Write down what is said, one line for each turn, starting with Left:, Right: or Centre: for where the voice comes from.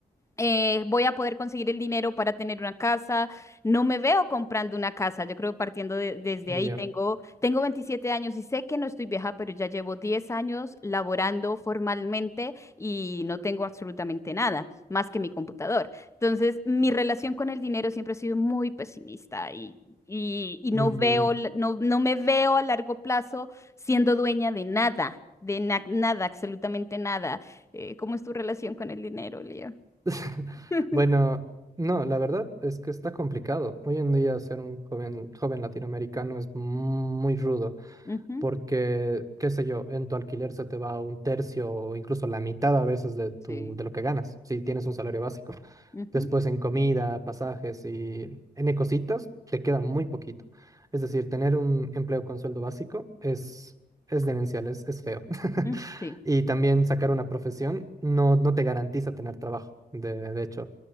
Left: eh, voy a poder conseguir el dinero para tener una casa. No me veo comprando una casa. Yo creo que partiendo de- desde
Right: Ya.
Left: ahí, tengo, tengo 27 años y sé que no estoy vieja, pero ya llevo 10 años laborando formalmente y no tengo absolutamente nada más que mi computador. Entonces, mi relación con el dinero siempre ha sido muy pesimista y, y, y no
Right: Mm,
Left: veo, la- no, no me veo a largo plazo siendo dueña de nada. De na- nada, absolutamente nada. Eh, ¿cómo es tu relación con el dinero, Leo?
Right: <laughs>
Left: <laughs>
Right: Bueno, no, la verdad es que está complicado. Hoy en día ser un joven, joven latinoamericano es muy rudo.
Left: Ujú,
Right: porque, qué sé yo, en tu alquiler se te va un tercio o incluso la mitad a veces de tu,
Left: Sí.
Right: de lo que ganas, si tienes un salario básico.
Left: ujú,
Right: Después en comida, pasajes y en cositas, te queda muy poquito. Es decir, tener un empleo con sueldo básico es, es demencial, es, es feo.
Left: mm,
Right: <laughs>
Left: Sí.
Right: Y también sacar una profesión no, no te garantiza tener trabajo, de, de hecho.